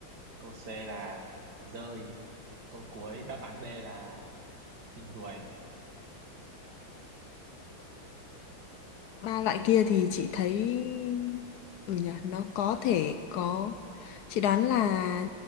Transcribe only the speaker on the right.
câu C là dơi câu cuối đáp án D là chim ruồi